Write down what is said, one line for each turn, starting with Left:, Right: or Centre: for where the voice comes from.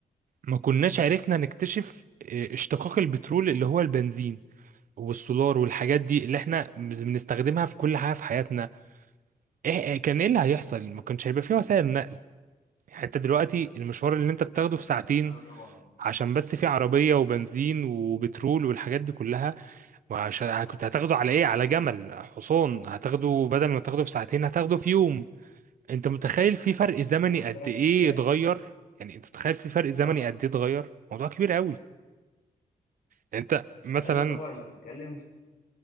Right: ما كناش عرفنا نكتشف آه، اشتقاق البترول اللي هو البنزين والسولار والحاجات دي اللي احنا بنستخدمها في كل حاجه في حياتنا ايه إيه كان ايه اللي هيحصل ما كانش هيبقى فيه وسائل نقل يعني انت دلوقتي المشوار اللي انت بتاخده في ساعتين
Left: اه طبعا
Right: عشان بس فيه عربيه وبنزين وبترول والحاجات دي كلها وعشان كنت هتاخده على ايه على جمل حصان هتاخده بدل ما تاخده في ساعتين هتاخده في يوم انت متخيل في فرق زمني
Left: تاخد
Right: قد
Left: تلات
Right: ايه
Left: ايام
Right: اتغير يعني انت متخيل في فرق زمني
Left: طبعا
Right: قد ايه اتغير موضوع كبير قوي يعني انت مثلا
Left: ايوه طبعا انت بتتكلم في